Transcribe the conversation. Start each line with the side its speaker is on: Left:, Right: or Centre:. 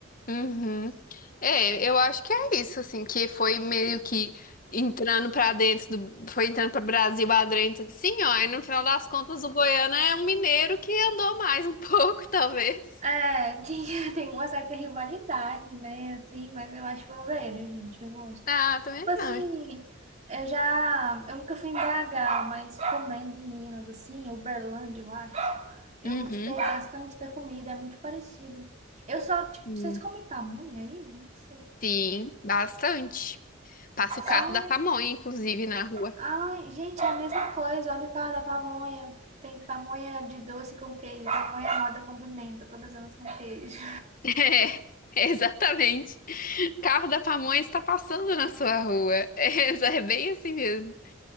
Left: Uhum. É, eu acho que é isso, assim, que foi meio que entrando pra dentro do, foi entrando pra Brasil adentro, assim, ó, e no final das contas o Goiano é um mineiro que andou mais um <laughs> pouco, talvez.
Right: É, <laughs> tem, tem uma certa rivalidade, né, assim, mas eu acho bobeira, gente, eu gosto.
Left: Ah, também
Right: assim,
Left: acho.
Right: eu já. Eu nunca fui em BH, mas comendo em Minas, assim, Uberlândia, eu acho. Eu
Left: Uhum.
Right: gostei bastante da comida, é muito parecido. Eu só, tipo,
Left: Hum.
Right: vocês comem pamonha aí? Não sei.
Left: Sim, bastante. Passa o carro
Right: Sério?
Left: da pamonha, inclusive, na rua.
Right: Ai, gente, é a mesma coisa. Olha o cara da pamonha. Tem pamonha de doce com queijo, pamonha moda com pimenta, todas elas com queijo.
Left: <laughs> É, exatamente. Carro da pamonha está passando na sua rua. É, é bem assim mesmo.